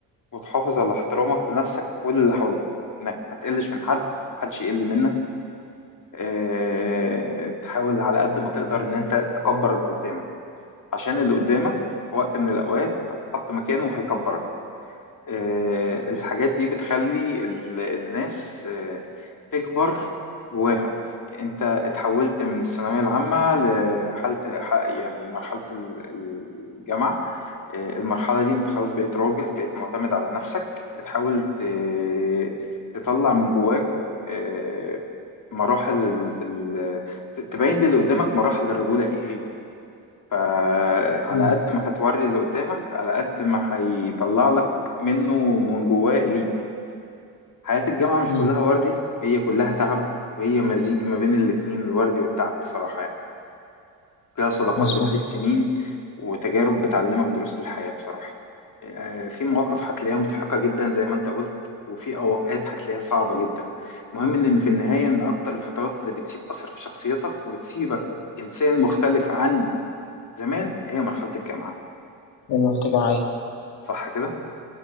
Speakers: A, on the left; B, on the left.
A: وتحافظ على احترامك لنفسك واللي حواليك انك ما تقلش من حد محدش يقل منك اه تحاول على قد ما تقدر ان انت تكبر اللي قدامك عشان اللي قدامك في وقت من الاوقات هتحط مكانه وهيكبرك آه، الحاجات دي بتخلي ال- الناس آه، تكبر جواها انت اتحولت من الثانوية العامة لحالة ح- يعني مرحلة ال- الجامعة آه، المرحلة دي انت خلاص بقيت راجل بقيت معتمد على نفسك بتحاول ت- تطلع من جواك آه، مراحل ال- ال- ت- تبين للي قدامك مراحل الرجولة ايه هي فعلى
B: امم
A: قد ما هتوري اللي قدامك على قد ما هيطلع لك منه من جواه ليك حياة الجامعة مش
B: امم
A: كلها وردي هي كلها تعب وهي مزيج ما بين الاتنين الوردي والتعب بصراحة يعني فيها صداقات
B: مظبوط
A: بتعيش سنين وتجارب بتعلمك دروس الحياة بصراحة آه، في مواقف هتلاقيها مضحكة جدا زي ما انت قلت وفي أوقات هتلاقيها صعبة جدا المهم ان في النهاية ان اكتر الفترات اللي بتسيب أثر في شخصيتك وبتسيبك إنسان مختلف عن زمان هي مرحلة الجامعة
B: يلا محتاجة معايا
A: صح كده؟